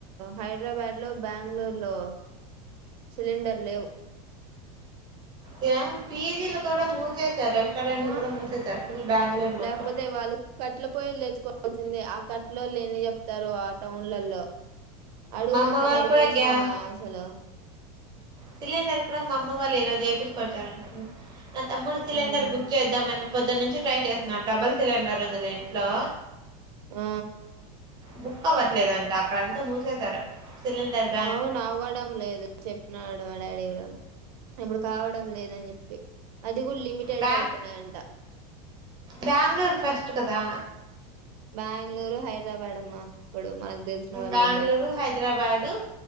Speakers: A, on the right (about 75°); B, on the right (about 20°).
A: హైదరాబాద్లో బెంగళూర్లో సిలిండర్ లేవు
B: యా పీజీలు కూడా మూసేస్తూ సార్ రెస్టోరెంట్లు
A: ఆ
B: కూడా మూసేసారు ఫుల్ బెంగుళూరు మొత్తం
A: లేకపోతే వాళ్ళు కట్ల పొయలు తెచుకోవాల్సిందే ఆ కట్లో లేన్ని చెప్తారు ఆ టౌన్లలో అడవులు
B: మా అమ్మ
A: అంత
B: వాళ్ళు
A: నరికేసిన
B: కూడా గ్యాస్
A: అసలు
B: సిలిండర్ కూడా మా అమ్మ వాళ్ళు ఈ రోజు ఎపిచ్చుకొచ్చారంట నా తమ్ముడు సిలిండర్
A: ఉమ్
B: బుక్ చేద్దామని పొద్దున్న నుంచి ట్రై చేస్తున్నారు డబుల్ సిలిండర్ ఉంది లే ఇంట్లో
A: ఆ
B: బుక్ అవ్వట్లేదంట అక్కడంతా మూసేశారు సిలిండర్ బ్యాన్
A: అవునవ్వడం లేదు చెప్పిన అనడు మా డాడీ కూడా ఇప్పుడు కావడం లేదని చెప్పి అది కూడా లిమిటెడే
B: బ్యా
A: అవుతున్నాయంట
B: బెంగళూరు ఫస్ట్ కదా
A: బెంగళూరు హైదరాబాద్ అమ్మా ఇప్పుడు మనకు తెలిసిన వాళ్ళల్లో
B: బ్యాంగ్లూరు హైదరాబాదు